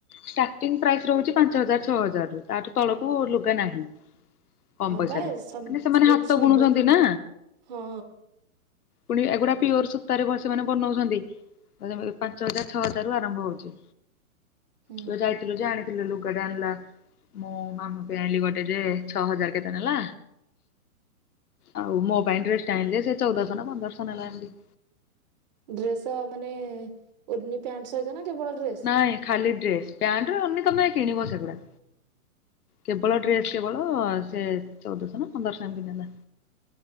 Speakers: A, on the left (about 90°); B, on the right (about 30°).
A: ଷ୍ଟାର୍ଟିଂ ପ୍ରାଇସ୍ ରହୁଛି ପାଞ୍ଚ ହଜାର, ଛଅ ହଜାର ତାଠୁ ତଳକୁ ଲୁଗା ନାହିଁ। କମ
B: ହଁ
A: ପଇସାରେ
B: ବା ସମ୍
A: ମାନେ ସେମାନେ
B: ଯେମିତି
A: ହାତ
B: ସମ୍ବଲ
A: ବୁଣୁଛନ୍ତି ନା।
B: ହଁ
A: ପୁଣି ଏଗୁଡା ପିଓର ସୂତାରେ ସେମାନେ ବନାଉଛନ୍ତି ପାଞ୍ଚ ହଜାର ଛଅହଜାରୁ ଆରମ୍ଭ ହଉଛି
B: ହୁଁ।
A: ତ ଯାଇଥିଲୁ ଯେ ଆଣିଥିଲୁ ଲୁଗଟା ଆଣିଲା। ମ ମାମା ପାଇଁ ଆଣିଲି ଗୋଟେ ଯେ ଛଅ ହଜାର କେତେ ନେଲା? ଆଉ ମୋ ପାଇଁ ଡ୍ରେଷ୍ଟ ଆଣି ଯେ ସେ ଚଉଦଶହ ନା ପନ୍ଦରଶହ ନେଲା ଏମିତି।
B: ଡ୍ରେସ ମାନେ ଉନି ପ୍ୟାଣ୍ଟ ସହିତ ନା କେବଳ ଡ୍ରେସ?
A: ନାଇଁ ଖାଲି ଡ୍ରେସ ପ୍ୟାଣ୍ଟରେ ଅନି ତମେ କିଣିବ ସେଗୁଡା। କେବଳ ଡ୍ରେସ୍ କେବଳ ସେ ଚଉଦଶହ ନା ପନ୍ଦରଶହ ଏମିତି ନେଲା।